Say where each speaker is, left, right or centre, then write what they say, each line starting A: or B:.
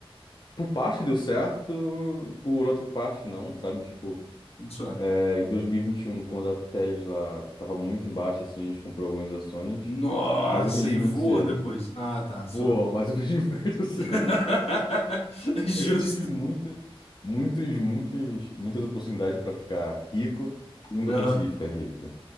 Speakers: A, on the left; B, on the left.
A: Por parte deu certo, por outra parte não, sabe? Tipo,
B: Isso é.
A: é, em 2021, quando a Tesla tava muito embaixo, assim, a gente comprou algumas ações.
B: Nossa,
A: Mas eu vendi
B: e voa
A: muito cedo.
B: depois. Ah, tá,
A: Voou,
B: só.
A: <laughs> mas eu vendi <laughs> muito cedo.
B: <laughs> Justo.
A: Eu já tive muito, muitos, muitos, muitas oportunidades para ficar rico e nunca
B: Aham.
A: consegui ficar rico.